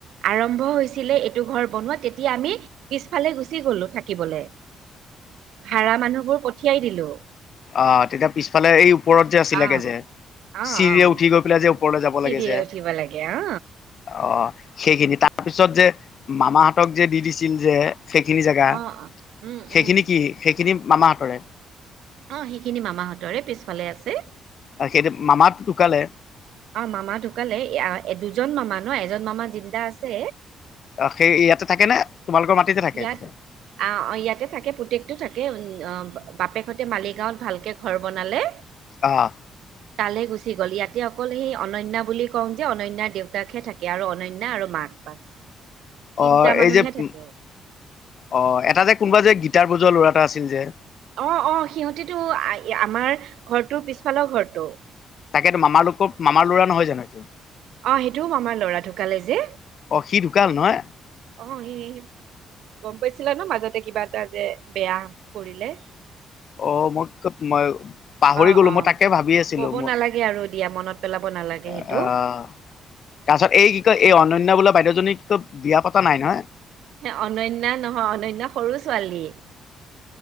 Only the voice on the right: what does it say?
আৰম্ভ হৈছিলে এইটো ঘৰ বনোৱা তেতিয়া আমি পিছফালে গুচি গলো থাকিবলৈ। ভাড়া মানুহবোৰ পঠিয়াই দিলো।
আহ
আহ
আহ।
চিৰিৰে
উঠিব লাগে অ।
অ অ। উম
উম
অ', সেইখিনি মামাহঁতৰে পিছফালে আছে
অ মামা ঢুকালে দুজন মামা ন এজন মামা জিন্দা আছে।
ইয়াত
অ' ইয়াতে থাকে পুতেকটো থাকে উম অ বাপেকহতে মালিগাঁৱত ভালকে ঘৰ বনালে।
তালে গুচি গ'ল ইয়াতে অকল সেই অনন্যা বুলি কওঁ যে অননয়াৰ দেউতাকহে থাকে আৰু অনন্যা আৰু মাক বাছ। <inaudible> তিনটা
মানুহে
থাকে
অ' অ' সিহঁতিটো আমাৰ ঘৰটোৰ পিছফালৰ ঘৰটো
অ সেইটোও আমাৰ লৰা ঢুকালে যে।
অ' এ গম কৈছিলা ন মাজতে কিবা এটা যে বেয়া কৰিলে।
অ
অ
ক'ব
নালাগে আৰু দিয়া মনত পেলাব নালাগে সেইটো
হ অনন্যা নহয় অনন্যা সৰু ছোৱালী